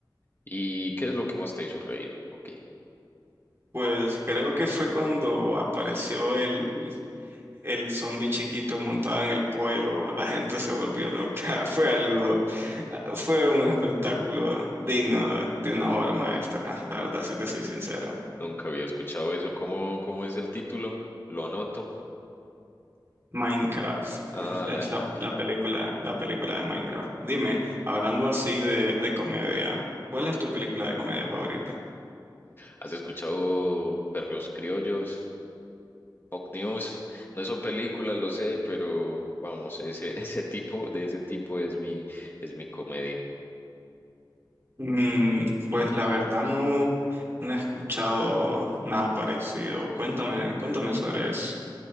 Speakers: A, on the left (about 25°); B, on the right (about 30°).
A: ¿y qué es lo que más te hizo reír? Ok,
B: Pues creo que fue cuando apareció el, el zombie chiquito montado en el pollo, la gente se volvió loca, <laughs> fue algo Fue un espectáculo digno de una obra maestra, la verdad, si te soy sincero.
A: nunca había escuchado eso. ¿Cómo, cómo es el título? Lo anoto.
B: Minecraft
A: Ah,
B: es, es
A: la de Minecraft.
B: la, la película, la película de Minecraft. Dime, hablando así de, de comedia, ¿cuál es tu película de comedia favorita?
A: ¿Has escuchado Perros Criollos? Fox News. No son películas, lo sé, pero vamos, ese, <laughs> ese tipo, de ese tipo es mi, es mi comedia.
B: Mm, pues la verdad no, no he escuchado nada parecido. Cuéntame, cuéntame sobre eso.